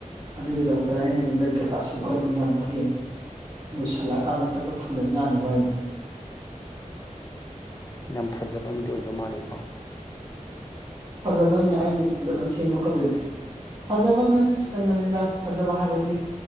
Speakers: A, on the right (about 35°); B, on the left (about 25°).
A: ꯑꯗꯨꯒꯤꯗꯃꯛꯇꯅꯤ ꯑꯩꯅ ꯍꯧꯖꯤꯛ ꯂꯩ ꯀꯩꯀꯥ ꯁꯦꯝꯒꯠꯂꯤ ꯃꯌꯥꯝꯁꯨ ꯍꯌꯦꯡ ꯂꯣꯏꯁꯤꯜꯂꯛꯑꯀꯥꯟꯗ ꯇꯛ ꯇꯛ ꯊꯥꯡꯖꯟ ꯌꯥꯅꯕ ꯍꯥꯏꯅ
B: ꯌꯥꯝ ꯐꯖꯕ ꯑꯝꯗꯤ ꯑꯣꯏꯗꯣꯏ ꯃꯥꯜꯂꯦꯀꯣ
A: ꯐꯖꯗꯣꯏꯅꯦ ꯑꯩꯅ ꯐꯖꯅ ꯁꯦꯝꯃꯛꯀꯗꯣꯏꯅꯦ ꯐꯖꯕ ꯃꯤꯟꯁ ꯀꯩꯅꯣꯅꯤꯅ ꯐꯖꯕ ꯍꯥꯏꯕꯗꯤ